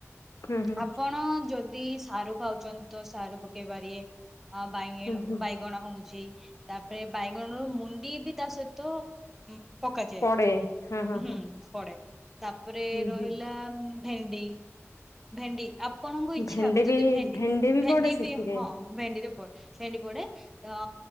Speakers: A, on the left; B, in the centre.
A: ହୁଁ ହୁଁ
B: ଆପଣ ଯଦି ଯି ସାରୁ ଖାଉଚନ୍ତି ତ ସାରୁ ପକେଇପାରିବେ ଓ ବାଇଗଣ
A: ହୁଁ ହୁଁ
B: ବାଇ ଗଣ ହଉଚି ତାପରେ ବାଇଗଣ ର ମୁଣ୍ଡି ବି ତା ସହିତ ଉଁ ପକାଯାଏ
A: ପଡେ ହଁ ହଁ ହଁ
B: ହୁଁ ପଡେ। ତାପରେ
A: ହୁଁ
B: ରହିଲା
A: ହୁଁ
B: ଭେଣ୍ଡି ଭେଣ୍ଡି। ଆପଣଙ୍କ ଇଚ୍ଛା
A: ଭେଣ୍ଡି
B: ଯଦି
A: ବି
B: ଭେଣ୍ଡି ଭେଣ୍ଡି
A: ପଡେ ସେଥିରେ
B: ବି ହଁ ଭେଣ୍ଡିରେ ପଡେ। ଫେଣ୍ଡି ପଡେ ଅ